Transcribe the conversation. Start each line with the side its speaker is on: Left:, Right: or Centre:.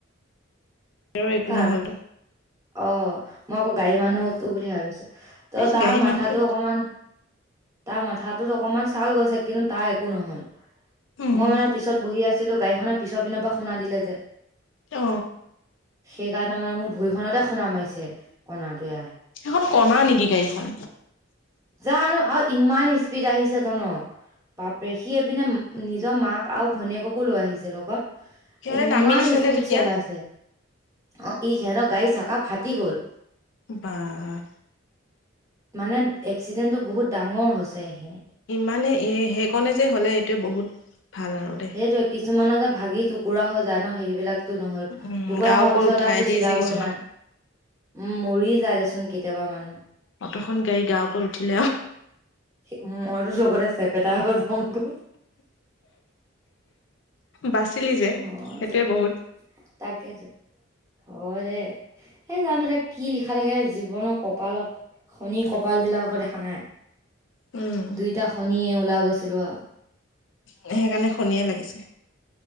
Left: তেওঁৰ একো
Right: কাৰ
Left: নহ'ল
Right: অ মই আকৌ গাড়ী মানুহটো বুলি ভাবিছো। ত
Left: এই
Right: তাৰ
Left: গাড়ী
Right: মাথাটো
Left: মানুহটো
Right: অকমান- তাৰ মাথাটোত অকনমান ছাল গৈছে কিন্তু তাৰ একো নহয়।
Left: উম
Right: মই মানে পিছত বহি আছিলো গাড়ীখনৰ পিছৰ পিনৰ পৰা শুনা দিলে যে-
Left: অ
Right: সেইকাৰণে মানে মোৰ ভূই খনতে খোন্দা মাৰিছে কণাত-
Left: সেইখন কণা নেকি গাড়ীখন
Right: জানো আৰু ইমান স্পীড আহিছে জান। বাপৰে, সি এপিনে নিজৰ মাক আৰু ঘনীয়েককো লৈ আহিছে লগত।
Left: সিহঁতে
Right: ইমান
Left: নামি দিছে নে
Right: স্পীড
Left: তেতিয়া
Right: চলাইছে। অঁ ই সিহঁতৰ গাড়ী চাকা ফাটি গল।
Left: বাহ!
Right: মানে এক্সিডেণ্টটো বহুত ডাঙৰ হৈছে সেইখিনিত।
Left: ইমানেই এই সেইকণে যে হ'লে এইটোৱে বহুত। ভাল আৰু দেই
Right: সেইটোয়ে কিছুমানৰ যে ভাগি টুকুৰা হৈ যায় ন সেইবিলাক তো নহল,
Left: উম
Right: টুকুৰা
Left: গাৰ
Right: হোৱা
Left: ওপৰত
Right: পিছত
Left: উঠাই
Right: আৰু তো
Left: দিয়ে
Right: চিলাব
Left: যে কিছুমান
Right: নোৱাৰে। উম মৰি যাই দেচোন কেতিয়াবা মানুহ।
Left: অ'ত'খন গাড়ীৰ গা ওপৰত উঠিল।
Right: সে মইতো লগতে চেপেটা হৈ যাম ক'।
Left: বাচিলি যে
Right: হয়
Left: সেইটোৱে
Right: দে
Left: বহুত।
Right: তাকেতো হয় দে। এই জান দে কি লিখা থাকে জীৱনৰ কপালত শনি কপাল বিলাক আকো দেখা নাই,
Left: উম
Right: দুইটা শনিয়ে ওলাই গৈছিলো আৰু।
Left: সেইকাৰণে শনিয়ে লাগিছে।